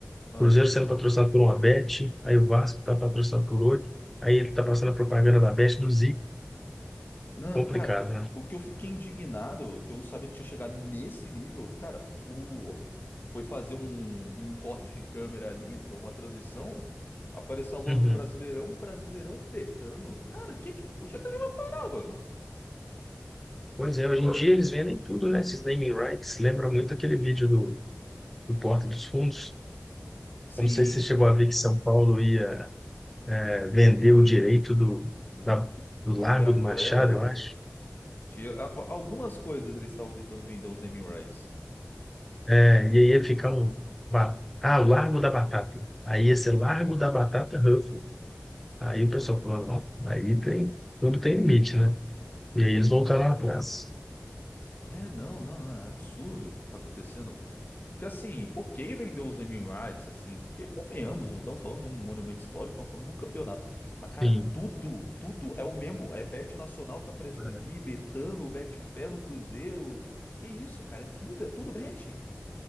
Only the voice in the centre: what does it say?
Cruzeiro sendo patrocinado por uma Bet, aí o Vasco tá patrocinado por outro, aí ele tá passando a propaganda da Bet do Zico.
Complicado,
né?
Uhum.
Pois é, hoje em dia eles vendem tudo, né? Esses naming rights. Lembra muito aquele vídeo do, do Porta dos Fundos.
Eu não sei se você chegou a ver que São Paulo ia eh, vender o direito do,
da-
do
Largo
do Machado, eu acho.
É, e aí ia ficar um. ba- Ah, o Largo da Batata. Aí ia ser Largo da Batata Ruffles. Aí o pessoal falou, não, aí tem, tudo tem limite, né? E aí eles voltaram atrás.
Sim.
é.